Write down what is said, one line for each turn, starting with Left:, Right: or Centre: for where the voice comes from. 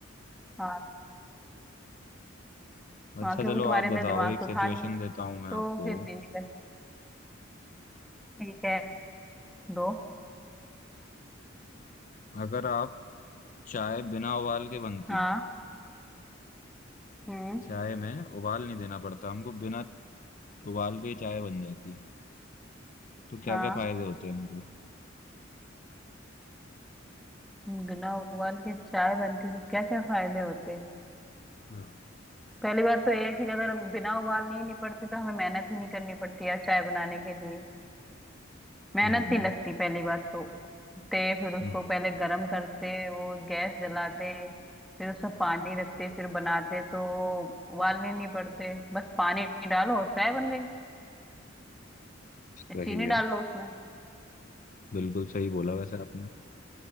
Centre: हाँ
Left: अच्छा
Centre: हाँ क्योंकि
Left: चलो
Centre: तुम्हारे
Left: आप बताओ
Centre: अंदर दिमाग
Left: एक
Centre: तो
Left: सिचुएशन
Centre: था नहीं
Left: देता हूँ मैं
Centre: तो
Left: आपको
Centre: फिर नहीं निकल ठीक है दो
Left: अगर आप चाय बिना उबाल के बनती
Centre: हाँ हम्म
Left: चाय में उबाल नहीं देना पड़ता हमको बिना उबाल के ही चाय बन जाती तो क्या
Centre: हाँ
Left: क्या फायदे होते हैं हमको
Centre: बिना उबाल के चाय बनती तो क्या क्या फायदे होते हैं
Left: हाँ
Centre: पहली बात तो यह है कि अगर बिना उबाल नहीं निपटती तो हमें मेहनत ही नहीं करनी पड़ती यार चाय बनाने के लिए मेहनत
Left: हम्म
Centre: नहीं लगती पहली बात तो ते फिर उसको
Left: हाँ
Centre: पहले गरम करते वो गैस जलाते फिर उसमें पानी रखते फिर बनाते तो उबालने नहीं पड़ते बस पानी डालो चाय बन गई
Left: सही
Centre: चीनी
Left: है
Centre: डाल लो उसमें
Left: बिल्कुल सही बोला वैसे आपने